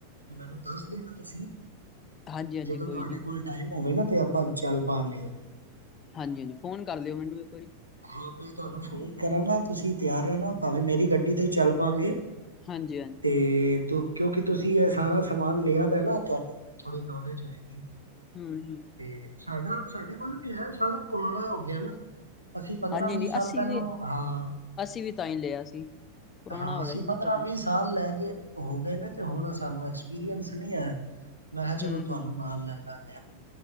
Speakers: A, on the right (about 85°); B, on the left (about 25°).
A: ਮੈਨੂੰ ਦੱਸ ਦੇਣਾ ਤੁਸੀਂ
B: ਹਾਂਜੀ ਹਾਂਜੀ
A: ਜਦੋਂ
B: ਕੋਈ
A: ਤੁਹਾਡੇ
B: ਨੀ
A: ਕੋਲ ਟਾਈਮ ਹੋਵੇ ਨਾ। ਤੇ ਆਪਾਂ ਚੱਲ ਪਾਗੇ।
B: ਹਾਂਜੀ-ਹਾਂਜੀ। ਫੋਨ ਕਰ ਲਈਉ ਮੈਨੂੰ ਇੱਕ ਵਾਰੀ
A: ਹਾਂ ਮੈਂ ਤੁਹਾਨੂੰ ਫੋਨ ਕਰਾਂਗਾ, ਤੁਸੀਂ ਤਿਆਰ ਰਹਿਣਾ ਭਾਵੇਂ ਮੇਰੀ ਗੱਡੀ ਤੇ ਚੱਲ ਪਾਗੇ।
B: ਹਾਂਜੀ ਹਾਂਜੀ
A: ਤੇ ਤੂੰ, ਕਿਉਂਕਿ ਤੁਸੀਂ ਇਹ ਸਾਰਾ ਸਮਾਨ ਲਿਆ ਦਾ ਨਾ ਤੁਹਾਨੂੰ ਥੋੜੀ ਨੋਲੇਜ ਹੋਏਗੀ।
B: ਹੂੰ ਹੂੰ
A: ਤੇ ਸਾਡਾ ਸਾਡੇ ਕੋਲ ਵੀ ਹੈ ਸਾਰਾ ਪੁਰਾਣਾ ਹੋ ਗਿਆ ਨਾ। ਅਸੀਂ
B: ਹਾਂਜੀ-ਹਾਂਜੀ।
A: ਸਾਲ
B: ਅਸੀ
A: ਪਹਿਲੋਂ
B: ਵੀ
A: ਹਾਂ
B: ਅਸੀ ਵੀ ਤਾਂ ਹੀ ਲਿਆ ਸੀ। ਪੁਰਾਣਾ
A: ਹਾਂ
B: ਹੋ
A: ਅਸੀਂ
B: ਗਿਆ ਸੀ ਨਾ ਤਾ,
A: ਸਾਲ ਲੈ ਹੋ ਗਏ ਨੇ ਤੇ ਹੁਣ ਸਾਨੂੰ ਐਕਸਪੀਰੀਅੰਸ ਨਹੀਂ ਹੈ। ਮੈਂ ਕਿਹਾ ਚਲੋ
B: ਹੂੰ
A: ਤੁਹਾਨੂੰ
B: ਹੂੰ
A: ਨਾਲ ਲੈਂਦਾ।